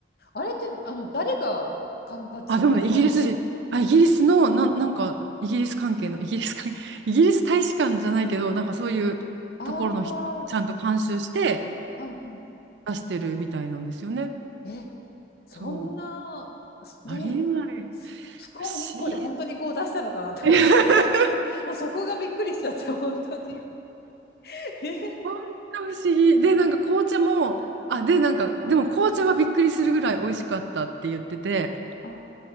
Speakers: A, on the left; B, on the right.
A: あれって、あの、誰が管轄ってか。
B: あ、でもね、イギリス人、あ、イギリスの、ななんか、イギリス関係の、イギリス関係、イギリス大使館じゃないけど、なんかそういうところの人がちゃんと監修して、
A: ああ。はいは
B: 出してるみたいなんですよね。
A: い。そんな、
B: そう。
A: ね、
B: ありえない。
A: スコーン1個で本当にこう出したのかなと思って、
B: 不思議。<laughs>
A: 今、<laughs> もうそこがびっくりしちゃって、本当に。え
B: 本当不思議。で、なんか紅茶も、あ、で、なんか、でも紅茶はびっくりするぐらい美味しかったって言ってて、
A: あ、